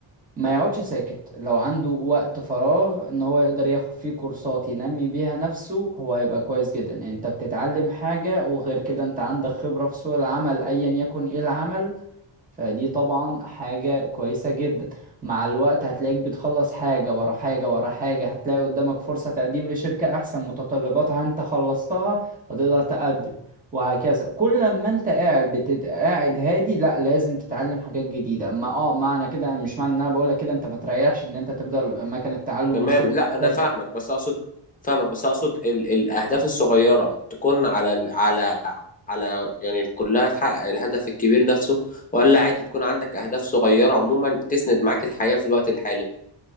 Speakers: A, on the right (about 20°); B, on the left (about 20°).
A: ما يقعدش ساكت لو عنده وقت فراغ ان هو يقدر ياخد فيه كورسات ينمي بيها نفسه هو هيبقى كويس جدا انت بتتعلم حاجة وغير كده انت عندك خبرة في سوق العمل ايا يكن ايه العمل فدي طبعا حاجة كويسة جدا مع الوقت هتلاقيك بتخلص حاجة ورا حاجة ورا حاجة هتلاقي قدامك فرصة تقديم لشركة أحسن متطلباتها أنت خلصتها فتقدر تقدم وهكذا كل ما أنت قاعد بت... قاعد هادي لا لازم تتعلم حاجات جديدة ما اه معنى كده مش معنى إن أنا بقولك كده أنت ما تريحش إن أنت تفضل مكان التعلم
B: تمام
A: وشغل
B: لا
A: وهكذا.
B: انا فاهمك بس اقصد فاهمك بس اقصد ال... الاهداف الصغيره تكون على ال... على على يعني كلها تحقق الهدف الكبير نفسه ولا عادي تكون عندك اهداف صغيره عموما تسند معاك الحياه في الوقت الحالي